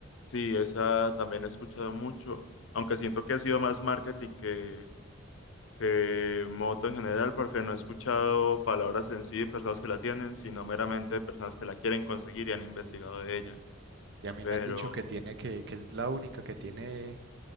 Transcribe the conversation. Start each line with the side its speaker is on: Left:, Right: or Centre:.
Left: Sí, esa también he escuchado mucho, aunque siento que ha sido más marketing que, que moto en general, porque no he escuchado palabras en sí de personas que la tienen, sino meramente de personas que la quieren conseguir y han investigado de ella.
Right: Y a mí
Left: Pero
Right: me han dicho que tiene que, que es la única que tiene